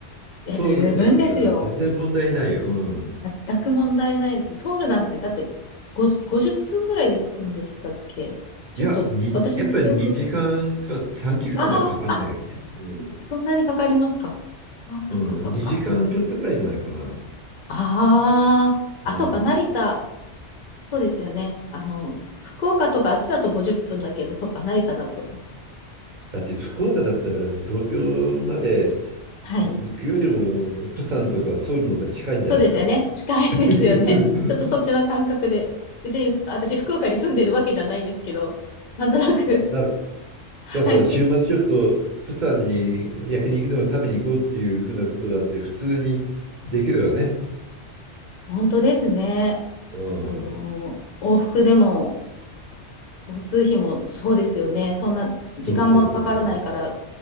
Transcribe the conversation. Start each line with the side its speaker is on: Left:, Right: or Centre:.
Right: ソウルとかだったら全然問題ない。
Left: や、十分ですよ。
Right: うん。
Left: 全く問題ないです。ソウルなんて、だって50、50分ぐらいで着くんでしたっけちょっと、
Right: いや、に、
Left: 私の記憶が。
Right: やっぱり2時間か3時間はかかんないよね。
Left: ああ、あ、
Right: うん。
Left: そんなにかかりますか。ああ、そっかそっか。
Right: うん、2時間ちょっとぐらいじゃないかな。
Left: ああ、あ、
Right: うん。
Left: そっか、成田。そうですよね。あの、福岡とかあっちだと50分だけど、そっか、成田だと、そっかそっか。
Right: だって福岡だったら東京まで
Left: はい。
Right: 行くよりも、プサンとかソウルの方が近いんじゃないか。
Left: そうですよね。近いですよね。
Right: <laughs>
Left: <laughs> ちょっとそっちの感覚で。別に私、福岡に住んでるわけじゃないんですけど、なんとなく。
Right: だ、
Left: <laughs> はい。
Right: だから週末ちょっとプサンに焼肉でも食べに行こうっていうふうなことだって普通にできるわね。
Left: 本当ですね。
Right: うん。
Left: あの、往復でも、交通費もそうですよね。そんな時間もかからないから、
Right: そうそうそうそう。